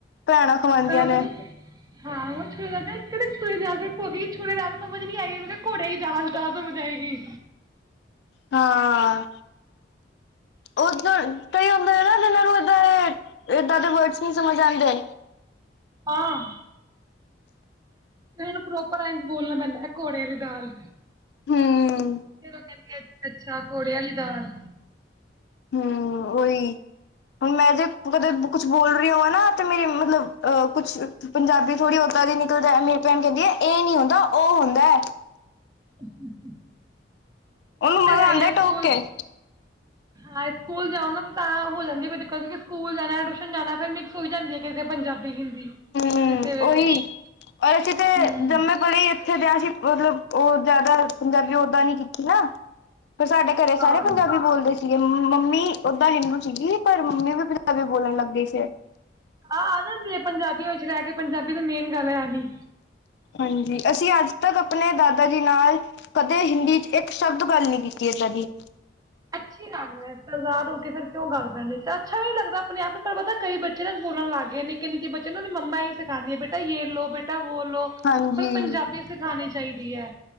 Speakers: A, on the left; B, on the right.
A: ਭੈਣਾਂ ਖਵਾਉਂਦੀਆਂ
B: ਉਹ
A: ਨੇ
B: <unintelligible> ਹੋ ਛੋਲਿਆ ਦੀ ਦਾਲ ਸਮਝ ਨੀ ਆਈ ਉਹ ਘੋੜੇ ਦੀ ਦਾਲ ਤਾਂ ਸਮਝ ਆਏਗੀ
A: ਹਾਂ। ਉਦ ਕਈ ਹੁੰਦੇ ਨਾ ਜਿਨਾਂ ਨੂੰ ਏਦਾਂ ਏਦਾਂ ਦੇ ਵਰਡਸ ਨਹੀਂ ਸਮਝ ਆਉਂਦੇ।
B: ਆਂ। ਤੇ ਇਹਨੂੰ ਪ੍ਰੋਕ ਪਰੰਜ ਬੋਲਣਾ ਪੈਂਦਾ ਹੈ ਘੋੜੇ ਦੀ ਦਾਲ।
A: ਹੂੰ।
B: ਜਦੋਂ ਕਹਿੰਦੀ ਅੱਛਾ ਘੋੜਿਆਂ ਵਾਲੀ ਦਾਲ
A: ਹਮ ਓਹੀ ਹੁਣ ਮੈਂ ੇ ਕਦੇ ਕੁੱਛ ਬੋਲ ਰਹੀ ਹੋ। ਨਾ ਤੇ ਮੇਰੀ ਮਤਲਬ ਅਹ ਕੁਛ ਪੰਜਾਬੀ ਥੋੜੀ ਓਦਾਂ ਦੀ ਨਿਕਲਦਾ ਮੇਰੀ ਭੈਣ ਕਹਿੰਦੀ ਹੈ ਇਹ ਨੀ ਹੁੰਦਾ ਉਹ ਹੁੰਦਾ।
B: <inaudible>
A: ਉਹਨੂੰ
B: ਤੇ
A: ਮਜ਼ਾ
B: ਹੈ
A: ਆਉਂਦਾ
B: ਹੀ ਹੈ
A: ਟੋਕ
B: ਸਕੂਲ
A: ਕੇ।
B: ਹਾਂ ਸਕੂਲ ਜਾਓ ਨਾ ਤਾਂ ਹੋ ਜਾਂਦੀ ਕੋਈ ਦਿੱਕਤ ਕਿਉਂਕਿ ਸਕੂਲ ਜਾਣਾ ਟਿਊਸ਼ਨ ਜਾਣਾ ਫਿਰ ਮਿਕਸ ਹੋਈ ਜਾਂਦੀ ਹੈ ਕਿਸੇ ਪੰਜਾਬੀ ਹਿੰਦੀ
A: ਹਮ
B: ਕਿਸੇ ਵੇਲੇ
A: ਉਹੀ ਔਰ ਅਸੀਂ ਤੇ
B: ਹੂੰ
A: ਜੰਮੇ ਕੋਲੇ ਇੱਥੇ ਦਿਆ ਸੀ। ਮਤਲਬ ਉਹ ਜ਼ਿਆਦਾ ਪੰਜਾਬੀ ਓਦਾਂ ਨੀ ਕੀਤੀ ਨਾ ਫਿਰ ਸਾਡੇ ਘਰੇ
B: ਹਾਂ
A: ਸਾਰੇ ਪੰਜਾਬੀ ਬੋਲਦੇ ਸੀ। ਸੀਗੇ ਮੰਮੀ ਓਦਾਂ ਹਿੰਦੂ ਸੀਗੀ ਪਰ ਮੰਮੀ ਵੀ ਪੰਜਾਬੀ ਬੋਲਣ ਲੱਗੀ ਫਿਰ
B: ਆਹ ਆ ਜਾਂਦੀ ਹੈ ਪੰਜਾਬੀਆਂ ਵਿੱਚ ਰਹਿ ਕੇ ਪੰਜਾਬੀ ਦਾ ਮੇਨ ਗੱਲ ਹੈ। ਆਣੀ
A: ਹਾਂਜੀ ਅਸੀਂ ਅੱਜ ਤੱਕ ਆਪਣੇ ਦਾਦਾ ਜੀ ਨਾਲ ਕਦੇ ਹਿੰਦੀ ਚ ਇੱਕ ਸ਼ਬਦ ਗੱਲ ਨ ਕੀਤੀ ਇਦਾਂ ਦੀ
B: ਅੱਛੀ ਲੱਗਦਾ ਸਰਦਾਰ ਹੋ ਕੇ ਫਿਰ ਕਿਉਂ ਗੱਲ ਕਰਨ ਦੇ ਅੱਛਾ ਵੀ ਨੀ ਲਗਦਾ ਆਪਣੇ ਆਪ ਨੂੰ ਪਰ ਪਤਾ ਕਈ ਬੱਚੇ ਤ ਬੋਲਣ ਲੱਗ ਗਏ ਨਿੱਕੇ ਬੱਚੇ ਨੂੰ ਉਹਦੀ ਮੰਮਾ ਹੀ ਸਿਖਾਦੀਆਂ ਬੇਟਾ ਲੋ ਬੇਟਾ। ਬੋਲੋ
A: ਹਾਂਜੀ
B: ਪਰ ਪੰਜਾਬੀ ਸਿਖਾਉਣੀ ਚਾਹੀਦੀ ਹੈ।